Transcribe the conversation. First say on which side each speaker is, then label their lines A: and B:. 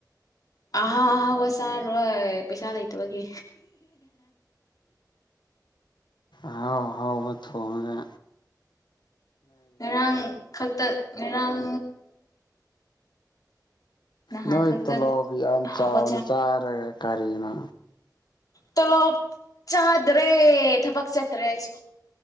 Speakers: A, on the left; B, on the left.
A: ꯑꯍꯥꯎ ꯑꯍꯥꯎꯋꯥ ꯁꯥꯔꯣꯏ ꯄꯩꯁꯥ ꯂꯩꯇꯕꯒꯤ
B: ꯑꯥꯎ ꯍꯥꯎ ꯐꯒ
A: ꯉꯔꯥꯡ ꯈꯛꯇ ꯉꯔꯥꯡ ꯅꯍꯥꯟ
B: ꯅꯣꯏ
A: ꯈꯛꯇ
B: ꯇꯂꯣꯕꯤ ꯌꯥꯝ
A: ꯍꯥꯎꯕ
B: ꯆꯥꯎꯅ ꯆꯥꯔꯒ ꯀꯔꯤꯅ
A: ꯆꯂꯣ ꯆꯥꯗ꯭ꯔꯦ ꯊꯕꯛ ꯆꯠꯇ꯭ꯔꯦꯁꯨꯣ